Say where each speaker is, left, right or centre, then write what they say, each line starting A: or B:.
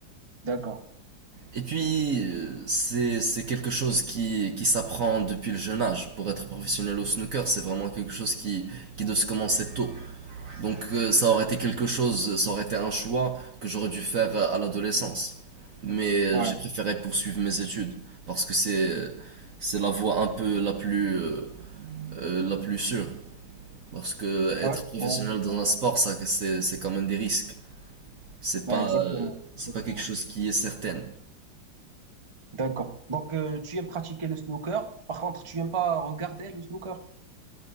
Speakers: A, on the right; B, on the right.
A: d'accord.
B: et puis, euh, c'est, c'est quelque chose qui, qui s'apprend depuis le jeune âge. Pour être professionnel au snooker, c'est vraiment quelque chose qui, qui doit se commencer tôt. Donc, euh, ça aurait été quelque chose, ça aurait été un choix que j'aurais dû faire à l'adolescence. Mais euh,
A: Ouais,
B: j'ai préféré poursuivre mes études parce que c'est, c'est la voie un peu la plus, euh, euh, la plus sûre. Parce que être
A: ouais,
B: professionnel
A: bon.
B: dans un sport, ça, c'est, c'est quand même des risques. C'est
A: Ouais,
B: pas,
A: exactement,
B: euh, c'est
A: exactement.
B: pas quelque chose qui est certain.
A: D'accord. Donc, euh, tu aimes pratiquer le snooker. Par contre, tu aimes pas regarder le snooker.